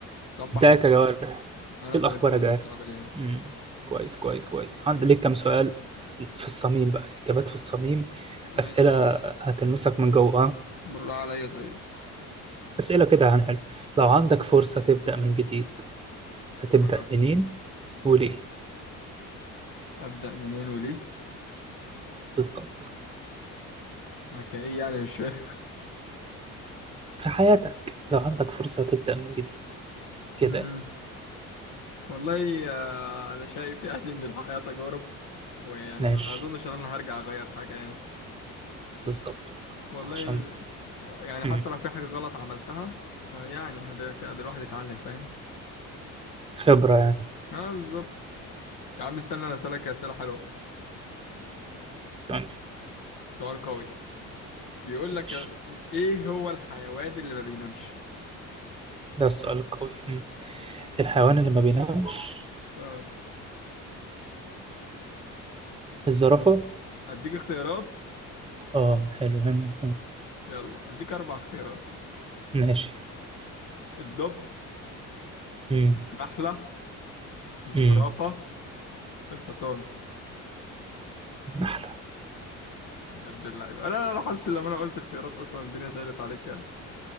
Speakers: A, on the left; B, on the right.
A: صبح
B: ازيك
A: الصبح
B: يا جوار
A: انا
B: ايه
A: زي
B: الاخبار
A: الفل
B: يا جوار
A: انت عامل ايه
B: امم كويس كويس كويس عندي ليك كام سؤال في الصميم بقى اجابات في الصميم
A: ماشي
B: اسئله هتلمسك من جوه ها؟
A: بالراحة عليا طيب
B: اسئله كده هنحل لو عندك فرصه تبدا من جديد هتبدا
A: آه.
B: منين وليه
A: ابدا منين وليه
B: بالظبط
A: آه، كايه يعني مش فاهم
B: في حياتك لو عندك فرصه تبدا من جديد كده
A: <laughs> مم. والله آه، انا شايف يعني ان الحياه تجارب ويعني
B: ماشي
A: ما اظنش ان انا هرجع اغير حاجه يعني
B: بالظبط بالظبط
A: والله
B: عشان
A: يعني حتى
B: امم
A: لو في حاجه غلط عملتها آه، يعني هقدر الواحد يتعلم فاهم
B: خبره يعني
A: اه بالظبط يا عم استنى انا اسالك اسئله حلوه
B: استني
A: سؤال قوي بيقول
B: ماشي
A: لك آه، ايه هو الحيوان اللي ما بينامش
B: ده السؤال القوي امم الحيوان اللي ما بينامش
A: اه
B: الزرافه
A: اديك اختيارات
B: اه حلو حلو حلو.
A: يلا اديك اربع اختيارات
B: ماشي
A: الدب
B: امم
A: النحلة الزرافة
B: امم
A: الحصان
B: نحلة
A: يا ابن اللعيبة انا انا حاسس لما انا قلت اختيارات اصلا الدنيا سهلت عليك يعني